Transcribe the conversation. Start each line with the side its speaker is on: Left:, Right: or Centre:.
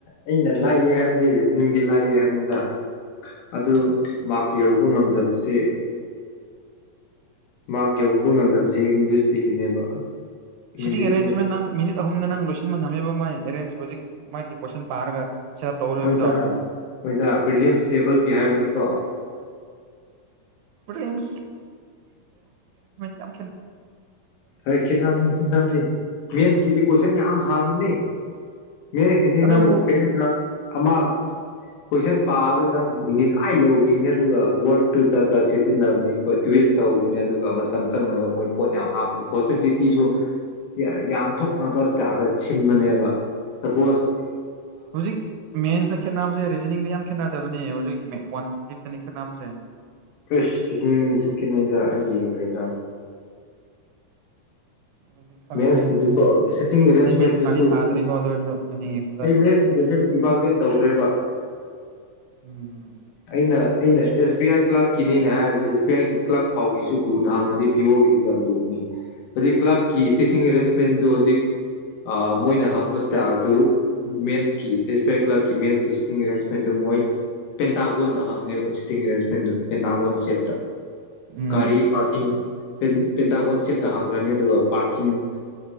Left: ꯑꯩꯅ ꯂꯥꯏꯌꯦ ꯍꯥꯏꯕꯗꯤ ꯔꯤꯖꯅꯤꯡꯗꯤ ꯂꯥꯏꯑ ꯍꯥꯏꯕꯅꯤꯗ ꯑꯗꯨ ꯃꯥꯔꯛ ꯌꯧꯕ ꯉꯝꯗꯕꯁꯦ ꯃꯥꯔꯛ ꯌꯧꯕ ꯉꯝꯗꯕꯁꯦ ꯏꯪꯂꯤꯁꯇꯤꯒꯤꯅꯦꯕ ꯑꯁ ꯏꯪꯂꯤꯁꯁꯤ
Right: ꯁꯤꯇꯤꯡ ꯑꯦꯔꯦꯟꯖꯃꯦꯟ ꯅꯪ ꯃꯤꯅꯤꯠ ꯑꯍꯨꯝꯗ ꯅꯪ ꯂꯣꯏꯁꯤꯟꯕ ꯉꯝꯃꯦꯕ ꯃꯥꯏ ꯑꯦꯔꯦꯟꯖ ꯍꯧꯖꯤꯛ ꯃꯥꯒꯤ ꯀꯣꯏꯁꯟ ꯄꯥꯔꯒ ꯁꯦꯠ ꯑꯞ ꯇꯧꯗꯣꯏꯕꯗꯣ
Left: ꯍꯣꯏꯗ ꯍꯣꯏꯗ ꯄ꯭ꯔꯤꯂꯤꯌꯝꯁ ꯂꯦꯚꯦꯜꯒꯤ ꯍꯥꯏꯕꯅꯤꯀꯣ
Right: ꯔꯦꯟꯦꯟ ꯈ
Left: ꯍꯣꯏ ꯈꯦꯠꯝꯅꯤ ꯈꯈꯤꯠꯅꯝꯅꯤ ꯃꯦꯟꯁꯀꯤꯗꯤ ꯀꯣꯏꯁꯟ ꯌꯥꯝ ꯁꯥꯡꯅꯤ ꯃꯌꯦꯛꯁꯤꯗꯤ
Right: ꯑꯗꯨꯕꯨ
Left: ꯅꯪ ꯄꯦꯔꯥꯒ꯭ꯔꯥꯐ ꯑꯃ ꯀꯣꯏꯁꯟ ꯄꯥꯕꯗ ꯅꯪ ꯃꯤꯅꯤꯠ ꯑꯥ ꯌꯧꯈꯤꯅꯦ ꯑꯗꯨꯒ ꯋꯥꯋꯔꯠꯇꯨ ꯖꯥ ꯖꯥꯠ ꯁꯤꯖꯤꯟꯅꯕꯅꯤ ꯑꯩꯈꯣꯏ ꯇ꯭ꯋꯤꯁ ꯇꯧꯕꯅꯦ ꯑꯗꯨꯒ ꯃꯇꯝ ꯆꯪꯅꯕ ꯃꯣꯏ ꯄꯣꯠ ꯌꯥꯝ ꯍꯥꯞꯄ ꯄꯣꯁꯤꯕꯤꯂꯤꯇꯤꯁꯨ ꯌꯥꯝ ꯊꯣꯛꯅꯕ ꯏꯁꯇꯥꯥꯏꯜꯗ ꯁꯤꯟꯕꯅꯦꯕ ꯁꯄꯣꯁ
Right: ꯍꯧꯖꯤꯛ ꯃꯦꯟ ꯁ ꯈꯦꯅꯥꯁꯦ ꯅꯤꯡꯗ ꯌꯥꯝ ꯈꯦꯠꯅꯗꯕꯅꯦ ꯍꯧꯖꯤꯛ ꯀ꯭ꯋꯥꯟꯇꯤꯇꯤ ꯇꯤꯞꯇꯅꯤ ꯈꯦꯠꯅꯕꯁꯦ
Left: ꯄꯁ ꯁꯤꯖꯅꯤꯡ ꯆꯈꯤꯅꯩꯗ ꯑꯩ ꯌꯦꯡꯈ꯭ꯔꯦꯗ
Right: ꯑꯗꯨꯗꯤ ꯈꯪꯗꯦ
Left: ꯃꯦꯟꯁꯇꯗꯤꯀꯣ
Right: ꯑꯩꯗꯤ
Left: ꯁꯤꯇꯤꯡ ꯑꯦꯔꯦꯟꯖꯃꯦꯟꯗꯨꯁꯨ
Right: ꯑꯩ ꯃꯦꯟꯁ ꯊꯥꯗꯤ ꯊꯥꯗ꯭ꯔꯤꯀꯣ ꯑꯗꯨ ꯑꯣꯏꯔꯁꯨ ꯑꯩꯅ ꯌꯦꯡꯕꯗ
Left: ꯑꯩ ꯃꯦꯟꯁꯇꯗ ꯍ ꯏꯚꯜꯋꯦꯠ ꯇꯧꯈ꯭ꯔꯦꯕ
Right: ꯎꯝ
Left: ꯑꯩꯅ ꯑꯩꯅ ꯑꯦꯁ ꯕꯤ ꯑꯥꯏ ꯀ꯭ꯂꯥꯛꯀꯤꯅꯦꯅ ꯍꯥꯏꯔꯤꯕꯁ ꯑꯦꯁ ꯕꯤ ꯑꯥꯏꯒꯤ ꯀ꯭ꯂꯥꯛ ꯐꯥꯎꯒꯤꯁꯨ ꯂꯨꯅ ꯍꯥꯡꯉꯗꯤ ꯄꯤꯌ ꯑꯣꯒꯤꯗꯤ ꯌꯥꯝ ꯂꯨꯅꯤ ꯑꯗꯨꯛ ꯀ꯭ꯂꯥꯛ ꯀꯤ ꯁꯤꯇꯤꯡ ꯑꯦꯔꯦꯟꯖꯃꯦꯟꯗꯨ ꯍꯧꯖꯤꯛ ꯃꯣꯏꯅ ꯍꯪꯕ ꯏꯁꯇꯥꯏꯜꯗꯨ ꯃꯦꯟꯁꯀꯤ ꯑꯦꯁ ꯕꯤ ꯑꯥꯏ ꯀ꯭ꯂꯛꯀꯤ ꯃꯦꯟꯁꯀꯤ ꯁꯤꯇꯤꯡ ꯑꯦꯔꯦꯟꯖꯃꯦꯟꯗꯨ ꯃꯣꯏ ꯄꯦꯟꯇꯥꯥꯡꯒꯣꯟꯗ ꯍꯪꯉꯦꯕ ꯁꯤꯇꯤꯡ ꯑꯦꯔꯦꯟꯁꯃꯦꯟꯗꯨ ꯄꯦꯟꯇꯥꯒꯜ ꯁꯦꯞꯇ
Right: ꯎꯝ
Left: ꯒꯥꯔꯤ ꯄꯥꯔꯀꯤꯡ ꯄꯦꯟꯇꯥꯒꯣꯟ ꯁꯦꯞꯇ ꯍꯥꯡꯈ꯭ꯔꯅꯤ ꯑꯗꯨꯒ ꯄꯥꯔꯀꯤꯡ